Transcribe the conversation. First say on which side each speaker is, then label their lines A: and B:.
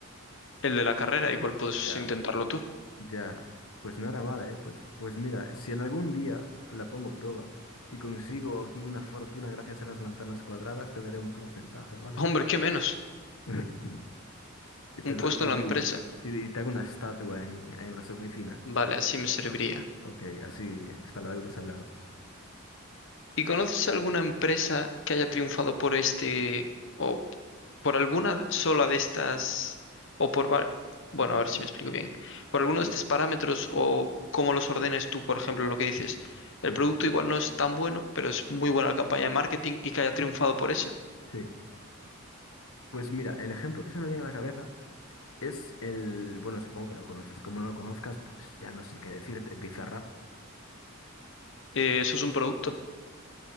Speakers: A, on the left; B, on the left.
A: el de la carrera, igual puedes
B: Ya.
A: intentarlo tú.
B: Ya, pues no era mala, ¿eh? Pues, pues mira, si en algún día la pongo prueba y consigo aquí una fortuna gracias a las manzanas cuadradas, te daré un porcentaje, ¿vale?
A: Hombre, qué menos.
B: <laughs> Y te
A: Un puesto
B: doy, te
A: en
B: doy-
A: la empresa.
B: y y te hago una estatua en, en las oficinas.
A: Vale, así me serviría.
B: Ok, así está la deuda saldada.
A: ¿Y conoces alguna empresa que haya triunfado por este o por alguna sola de estas, o por, va- bueno, a ver si me explico bien, por alguno
B: Sí,
A: de estos parámetros o cómo los ordenes tú, por ejemplo, lo que dices, el
B: sí.
A: producto igual no es tan bueno, pero es muy buena la campaña de marketing y que haya triunfado por eso.
B: sí. Pues mira, el ejemplo que se me viene a la cabeza es el, bueno, supongo que lo conoces, como no lo conozcas, pues ya no sé qué decirte, Bizarrap.
A: Eh, eso es un producto.